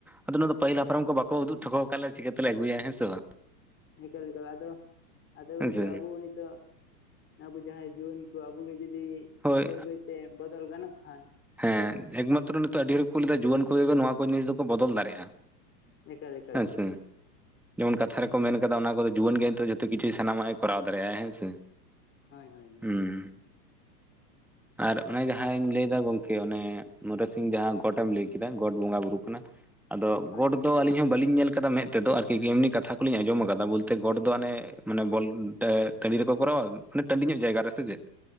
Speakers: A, in the centre; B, on the left (about 25°).
A: ᱟᱫᱚ ᱱᱚᱣᱟ ᱫᱚ ᱯᱟᱹᱦᱤᱞ ᱦᱟᱯᱲᱟᱢ ᱠᱚ ᱵᱟᱠᱚ ᱩᱫᱩᱜ <unintelligible> ᱟᱠᱟᱫ ᱞᱮ ᱪᱤᱠᱟᱹ ᱛᱮᱞᱮ ᱟᱹᱜᱩᱭᱼᱟ ᱦᱮᱸᱥᱮ ᱵᱟᱝ
B: <unintelligible> ᱟᱫᱚ ᱟᱫᱚ
A: ᱦᱮᱸᱥᱮ
B: ᱜᱚᱝᱠᱮ ᱟᱵᱚ ᱱᱤᱛᱚᱜ ᱟᱵᱚ ᱡᱟᱦᱟᱸᱭ ᱡᱩᱣᱟᱹᱱ ᱠᱚ ᱟᱵᱩ ᱜᱮ ᱡᱩᱫᱤ
A: ᱦᱳᱭ
B: ᱵᱟᱹᱭ ᱵᱟᱹᱭ ᱛᱮ ᱵᱚᱫᱚᱞ ᱜᱟᱱᱚᱜ ᱠᱷᱟᱱ
A: ᱦᱮᱸ ᱮᱠ ᱢᱟᱛᱨᱚ ᱱᱤᱛᱚᱜ ᱟᱹᱰᱤ ᱦᱚᱲ ᱜᱮᱠᱚ ᱞᱟᱹᱭ ᱮᱫᱟ ᱡᱩᱣᱟᱹᱱ ᱠᱚᱜᱮ ᱱᱚᱣᱟ ᱠᱚ ᱡᱤᱱᱤᱥ ᱫᱚᱠᱚ ᱵᱚᱫᱚᱞ ᱫᱟᱲᱮᱭᱟᱜᱼᱟ᱾
B: ᱮᱠᱟᱞ ᱮᱠᱟᱞ
A: ᱦᱮᱸ
B: ᱜᱚᱝᱠᱮ
A: ᱥᱮ ᱡᱮᱢᱚᱱ ᱠᱟᱛᱷᱟ‌ ᱨᱮ ᱠᱚ ᱢᱮᱱ ᱠᱟᱫᱟ ᱚᱱᱟ ᱠᱚᱫᱚ ᱡᱩᱣᱟᱹᱱ ᱜᱮ ᱱᱤᱛᱳᱜ ᱡᱚᱛᱚ ᱠᱤᱪᱷᱩ ᱥᱟᱱᱟᱢᱟᱜ ᱜᱮ ᱠᱚᱨᱟᱣ ᱫᱟᱲᱮᱭᱟᱜᱼᱟ ᱦᱮᱸ ᱥᱮ
B: ᱦᱳᱭ ᱦᱳᱭ ᱜᱚᱝᱠᱮ
A: ᱦᱩᱸ ᱟᱨ ᱚᱱᱮ ᱡᱟᱦᱟᱸᱧ ᱞᱟᱹᱭ ᱫᱟ ᱜᱚᱝᱠᱮ ᱠᱮ ᱚᱱᱮ ᱢᱚᱸᱬᱮ ᱥᱤᱧ ᱡᱟᱸᱦᱟ ᱜᱚᱴ ᱮᱢ ᱞᱟᱹᱭ ᱠᱮᱫᱟ ᱜᱚᱴ ᱵᱚᱸᱜᱟ ᱵᱩᱨᱩ ᱠᱟᱱᱟ ᱟᱫᱚ
B: ᱦᱳᱭ
A: ᱜᱚᱴ
B: ᱦᱳᱭ
A: ᱫᱚ ᱟᱹᱞᱤᱧ ᱦᱚᱸ ᱵᱟᱹᱞᱤᱧ ᱧᱮᱞ ᱟᱠᱟᱫᱟ ᱢᱮᱫ ᱛᱮᱫᱚ ᱟᱨᱠᱤ ᱮᱢᱱᱤ ᱠᱟᱛᱷᱟ ᱠᱚ ᱞᱤᱧ ᱟᱸᱡᱚᱢ ᱟᱠᱟᱫᱟ ᱵᱚᱞᱛᱮ ᱜᱚᱴ ᱫᱚ ᱦᱟᱱᱮ <unintelligible> ᱨᱮᱠᱚ ᱠᱚᱨᱟᱣᱟ ᱢᱟᱱᱮ ᱴᱟᱺᱰᱤ ᱧᱚᱸᱜ ᱡᱟᱭᱜᱟ ᱨᱮᱥᱮ ᱪᱮᱫ?